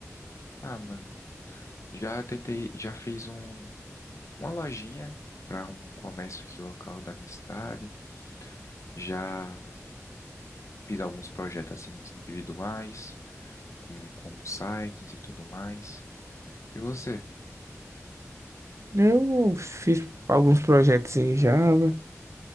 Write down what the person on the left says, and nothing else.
Ah, mano, já tentei, já fiz um, uma lojinha para um comércio aqui local da minha cidade. Já Fiz alguns projetos assim individuais, com, com sites e tudo mais. E você?